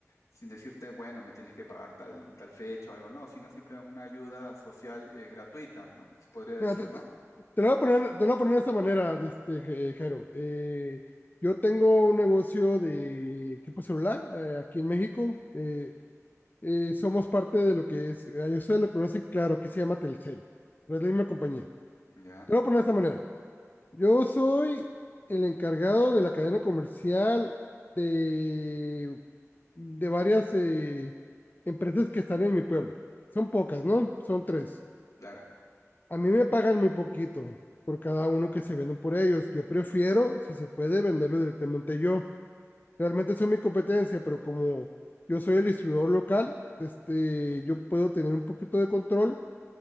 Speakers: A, on the left; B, on the left.
A: sin decirte, bueno, me tienes que pagar tal, tal fecha o algo, no, sino siempre una ayuda social eh, gratuita, ¿no? Que se podría
B: Mira,
A: decir,
B: te,
A: ¿no?
B: te- te lo voy a poner, te lo voy a poner de esta manera, de este, eh, Jairo. Eh, yo tengo un negocio de equipo celular eh, aquí en México. Eh, eh, somos parte de lo que es, eh, ustedes lo conocen claro, que se llama Telcel, pero es la misma compañía.
A: Ya,
B: Te lo voy a poner de esta manera. Yo soy el encargado de la cadena comercial de, de varias eh, empresas que están en mi pueblo. Son pocas, ¿no? Son tres.
A: claro.
B: A mí me pagan muy poquito por cada uno que se venden por ellos. Yo prefiero, si se puede, venderlo directamente yo. Realmente son mi competencia, pero como yo soy el distribuidor local, este, yo puedo tener un poquito de control